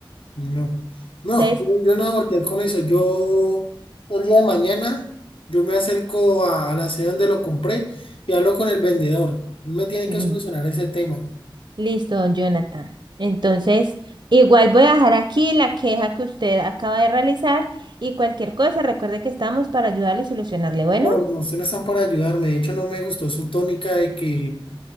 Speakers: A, on the left; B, on the right.
A: No, no,
B: Entonces,
A: yo no voy a voltear con eso. Yo el día de mañana, yo me acerco a, la sede donde lo compré y hablo con el vendedor. Él me tiene
B: mm,
A: que solucionar ese tema.
B: listo, don Jonathan. Entonces, igual voy a dejar aquí la queja que usted acaba de realizar y cualquier cosa, recuerde que estamos para ayudarle y solucionarle. Bueno,
A: Bueno, ustedes no están para ayudarme. De hecho, no me gustó su tónica de que,